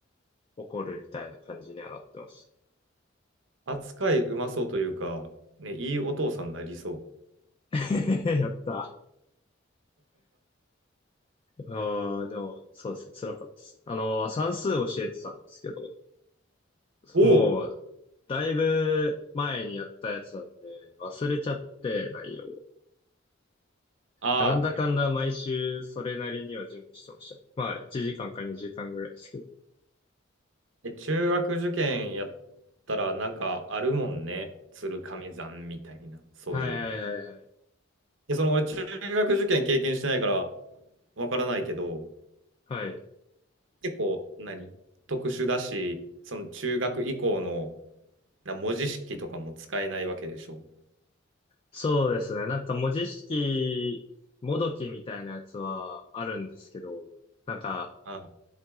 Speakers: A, on the left (about 30°); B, on the right (about 70°).
A: う怒るみたいな感じにはなってましたね。
B: 扱いうまそうというか、ね、いいお父さんになりそ
A: <laughs> やった。ああ、でも、そうですね。辛かったです。あの、算数教えてたんですけど、
B: う。
A: もう、
B: おお、
A: だいぶ前にやったやつなんで、忘れちゃって、内容を。
B: ああ。
A: なんだかんだ毎週、それなりには準備してましたね。まあ、1時間か2時間ぐらいですけど。
B: え、中学受験やったら、なんかあるもんね。鶴亀山みたいな、そういうの。
A: はいはいはいはい。
B: で、その俺、中学受験経験してないから、わからないけど、
A: はい。
B: 結構何、特殊だし、その中学以降のな文字式とかも使えないわけでしょ。
A: そうですね。なんか文字式、もどきみたいなやつはあるんですけど、なんか、
B: あん、